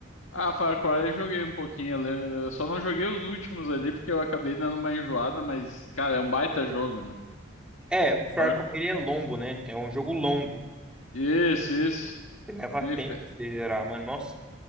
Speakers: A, on the left (about 85°); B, in the centre.
A: Ah, Far Cry eu joguei um pouquinho, eu lem- eu só não joguei os últimos ali porque eu acabei dando uma enjoada, mas, cara, é um baita jogo, né?
B: É, o Far
A: Far-
B: Cry ele é longo, né? É um jogo longo,
A: Isso, isso.
B: que leva
A: MP.
B: tempo de gerar, mas nossa,